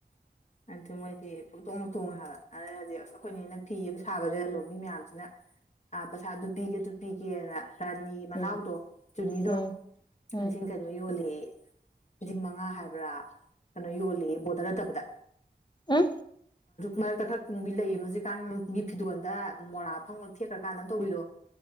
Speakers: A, on the left (about 40°); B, on the left (about 25°).
A: ꯑꯗꯨ ꯃꯣꯏꯗꯤ ꯄꯨꯇꯣꯡꯕ ꯇꯣꯡꯉꯦ ꯍꯥꯏꯕ ꯑꯗꯩ ꯍꯧꯖꯤꯛ ꯑꯁ ꯑꯩꯈꯣꯏꯅꯤꯅ ꯐꯤ ꯑꯃ ꯁꯥꯕꯗ ꯂ ꯂꯣꯟ ꯃꯤ ꯃꯌꯥꯝꯁꯤꯅ ꯑ ꯄꯩꯁꯥ ꯑꯗꯨ ꯄꯤꯒꯦ ꯑꯗꯨ ꯄꯤꯒꯦꯅ ꯔꯥꯅꯤ ꯃꯅꯥꯎꯗꯣ
B: ꯎꯝ
A: ꯆꯨꯅꯤꯗꯣ
B: ꯎꯝ ꯎꯝ
A: ꯂꯤꯁꯤꯡ ꯀꯩꯅꯣ ꯌꯣꯜꯂꯤ ꯂꯤꯁꯤꯡꯤꯡ ꯃꯉꯥ ꯍꯥꯏꯕ꯭ꯔꯥ ꯀꯩꯅꯣ ꯌꯣꯜꯂꯤ ꯕꯣꯔꯗꯔ ꯅꯠꯇꯕꯗ
B: ꯑ
A: ꯃꯔꯛꯇ ꯈꯔ ꯀꯨꯝꯕꯤ ꯂꯩꯌꯦ ꯃꯛ ꯀꯥꯡꯉꯒꯤ ꯐꯤꯗꯣꯟꯗ ꯃꯣꯔꯥ ꯐꯪꯕꯛ ꯊꯦꯛꯈ꯭ꯔ ꯀꯥꯟꯗ ꯑꯃ ꯇꯧꯕꯤꯛꯑꯣ <inaudible>